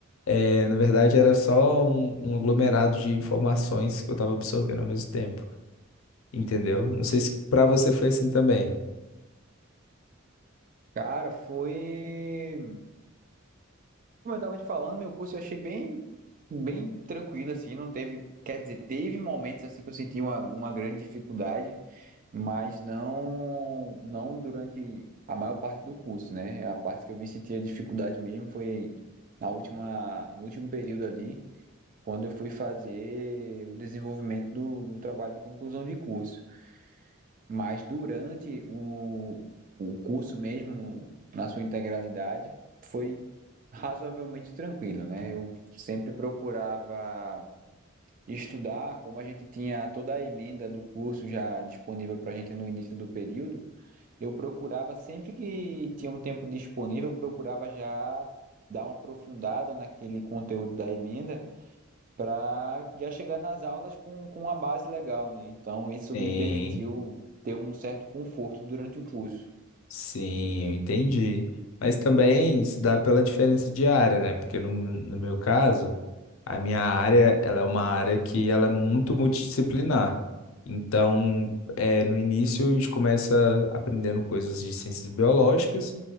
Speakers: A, on the left; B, on the right.
A: eh, na verdade, era só um, um aglomerado de informações que eu estava absorvendo ao mesmo tempo, entendeu? Não sei se para você foi assim também.
B: Cara, foi. Como eu tava te falando, meu curso eu achei bem, bem tranquilo, assim, não teve. Quer dizer, teve momentos assim que eu senti uma, uma grande dificuldade, mas não, não durante a maior parte do curso, né? A parte que eu vim sentir a dificuldade mesmo foi na última, no último período ali, quando eu fui fazer o desenvolvimento do, do trabalho de conclusão de curso. Mas durante o, o curso mesmo, no- na sua integralidade, foi razoavelmente tranquilo, né? Eu sempre procurava estudar, como a gente tinha toda a emenda do curso já disponível para a gente no início do período, eu procurava sempre que tinha um tempo disponível, eu procurava já dar uma aprofundada naquele conteúdo da emenda para já chegar nas aulas com, com uma base legal, né? Então, isso
A: Sim.
B: me permitiu ter um certo conforto durante o curso.
A: Sim, eu entendi. Mas também se dá pela diferença de área, né? Porque no, no meu caso, a minha área, ela é uma área que ela é muito multidisciplinar. Então, é, no início a gente começa aprendendo coisas de ciências biológicas,